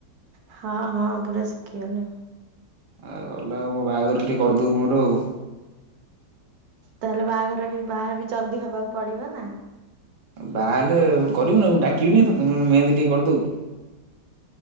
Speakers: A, on the right (about 65°); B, on the right (about 85°).
A: ହଁ ହଁ ପୁରା ଶିଖିଗଲିଣି ।
B: ଆଉ ଅଲଗା ଆଉ ମୋ ବାହାଘର ଟିକେ କରିଦବୁ ମୋର ଆଉ ।
A: ତାହେଲେ ବାହାଘର ବି ବାହା ବି ଜଲଦି ହବାକୁ ପଡିବ ନା?
B: ବାହା ହେଲେ କରିବୁନି ଡାକିବି କାହ୍ନିକି ତତେ ତ୍ମେହେନ୍ଦୀ ଟିକେ କରିଦବୁ ।